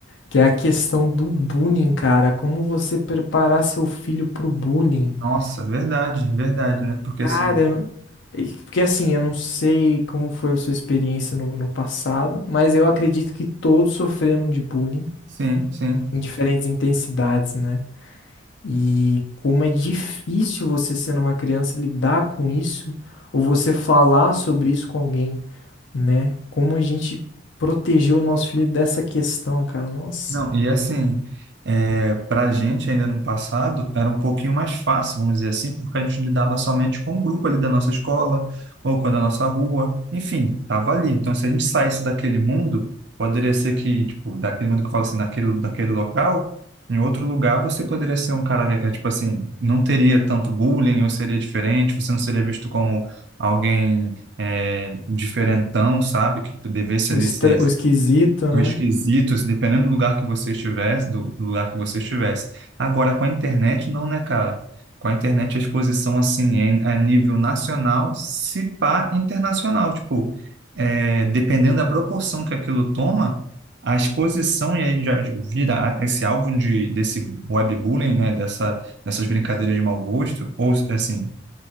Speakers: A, on the left; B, on the right.
A: que é a questão do bullying, cara. Como você preparar seu filho pro bullying?
B: Nossa, verdade, verdade, né? Porque
A: Cara,
B: assim,
A: eu- e- porque assim, eu não sei como foi a sua experiência no, no passado, mas eu acredito que todos sofreram de bullying
B: sim, sim.
A: em diferentes intensidades, né? E como é difícil você sendo uma criança lidar com isso ou você falar sobre isso com alguém. né? Como a gente protegeu o nosso filho dessa questão, cara. Nossa,
B: Não, e assim, é, para a gente ainda no passado, era um pouquinho mais fácil, vamos dizer assim, porque a gente lidava somente com o grupo ali da nossa escola, ou com a da nossa rua, enfim, estava ali. Então, se a gente saísse daquele mundo, poderia ser que, tipo, daquele mundo que eu falo assim, daquele, daquele local, em outro lugar você poderia ser um cara, le- é, tipo assim, não teria tanto bullying, ou seria diferente, você não seria visto como alguém é, diferentão, sabe, que devesse
A: o,
B: ali
A: estra-
B: ser
A: o esquisito, né?
B: do esquisito, assim, dependendo do lugar que você estivesse, do, do lugar que você estivesse. Agora, com a internet, não, né, cara? Com a internet, a exposição, assim, é em- a nível nacional, se pá internacional. Tipo, é, dependendo da proporção que aquilo toma, a exposição, e aí já vira a- esse alvo de, desse webbullying, né, dessa, dessas brincadeiras de mau gosto, ou, assim,